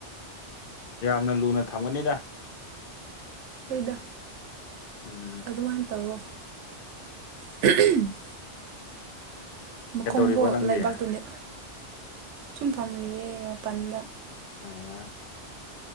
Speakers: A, on the left (about 55°); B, on the right (about 80°).
A: ꯌꯥꯝꯅ ꯂꯨꯅ ꯊꯝꯒꯅꯤꯗ
B: ꯍꯣꯏꯗ
A: ꯎꯝ
B: ꯑꯗꯨꯃꯥꯏꯅ ꯇꯧꯋꯣ <unintelligible> ꯃꯈꯣꯡꯕꯨ
A: ꯀꯩꯗꯧꯔꯤꯕ ꯅꯪꯗꯤ
B: ꯂꯩꯕꯥꯛꯇꯨ ꯅꯦꯠ ꯁꯨꯝ ꯐꯝꯔꯤꯌꯦ ꯃꯄꯥꯟꯗ
A: ꯑꯣ